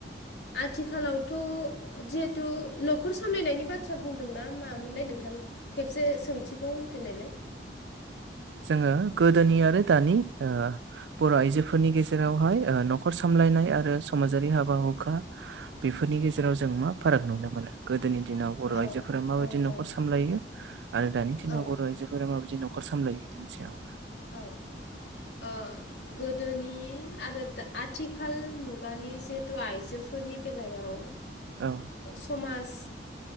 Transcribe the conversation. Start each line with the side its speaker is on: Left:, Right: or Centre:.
Left: आथिखालावथ' जिहेथु न'खर सामलायनायनि बाथ्रा बुंदोंना मामोनलाय नोंथां खेबसे सोंथिगौ होनफिननायलाय
Right: जोंङो गोदोनि आरो दानि बर' आइजोफोरनि गेजेरावहाय न'खर सामलायनाय आरो समाजारि हाबा हुखा बेफोरनि गेजेराव जों मा फाराग नुनो मोनो गोदोनि दिनाव बर'
Left: औ
Right: आइजोफोरा माबायदि
Left: औ
Right: न'खर
Left: औ
Right: सामलायो आरो दानि दिनाव
Left: औ
Right: बर' आइजोफोरा माबायदि न'खर सामलायो बिनि सायाव
Left: औ ओ गोदोनि आरो आथिखाल मुगानि जिहेथु आइजोफोरनि बेलायाव
Right: औ
Left: समाज